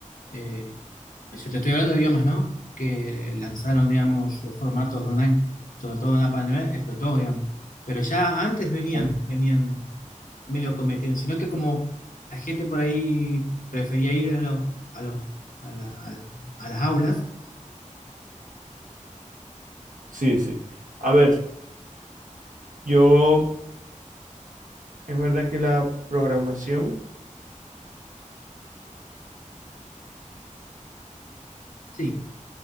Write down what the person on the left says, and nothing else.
eh, Pues Yo te estoy hablando de idiomas, ¿no? Que lanzaron, digamos, formatos online, sobre todo en la pandemia, explotó, digamos. Pero ya antes venían,
venían medio cometiendo, sino que como la gente por ahí prefería ir a los, a los, a la- a la- a las aulas,
sí,